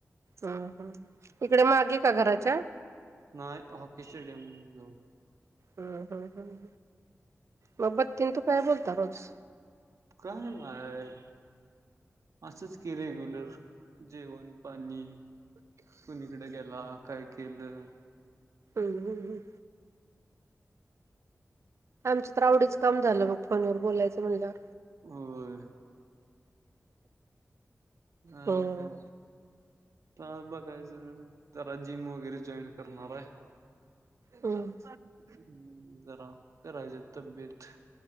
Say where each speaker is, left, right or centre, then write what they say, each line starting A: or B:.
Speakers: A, on the right (about 65°); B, on the right (about 80°).
A: हम्म हम् इकडे मागे का घराच्या
B: नाही हॉकी स्टेडियम जवळ
A: हम्म हम्म हम् मग बति आणि तू काय बोलता रोज
B: काय नाय असंच की रेग्युलर जेवण पाणी कुणीकडे गेला काय केलं
A: हम्मम हम्म हम् आमच्या तर आवडीच काम झालं मग फोनवर बोलायचं म्हणल्यावर
B: होय नाही
A: हम्म
B: नाही काय नाही आता बघायचं जरा जिम वगैरे जॉईन करणार आहे
A: हम
B: हम्म जरा करायचे तब्येत